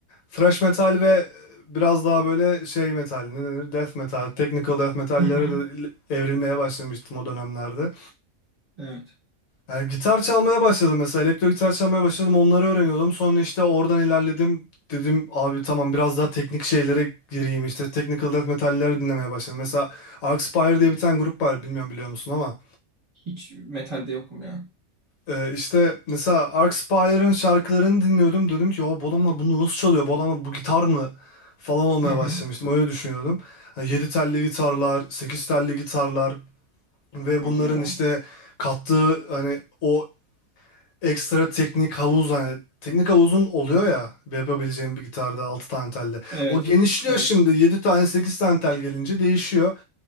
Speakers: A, on the left; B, on the right.
A: thrash metal ve biraz daha böyle şey metal ne denir death metal, technical death metallere
B: Hı hı.
A: de evrilmeye başlamıştım o dönemlerde.
B: Evet.
A: Yani gitar çalmaya başladım mesela elektro gitar çalmaya başladım onları öğreniyordum sonra işte oradan ilerledim dedim abi tamam biraz daha teknik şeylere gireyim işte technical death metalleri dinlemeye başladım mesela Arcspire diye bir tane grup var bilmiyorum biliyor musun ama
B: Hiç metalde yokum ya.
A: e, işte mesela Arcspire'ın şarkılarını dinliyordum dedim ki o bu adamlar bunu nasıl çalıyor bu adamlar bu gitar mı falan olmaya
B: Hı hı.
A: başlamıştım öyle düşünüyordum E, yedi telli gitarlar 8 telli gitarlar ve
B: Hadi
A: bunların
B: ya.
A: işte kattığı hani o ekstra teknik havuz hani teknik havuzun oluyor ya yapabileceğim bir gitarda 6 tane telle.
B: Evet.
A: O genişliyor
B: Evet.
A: şimdi 7 tane 8 tane tel gelince değişiyor.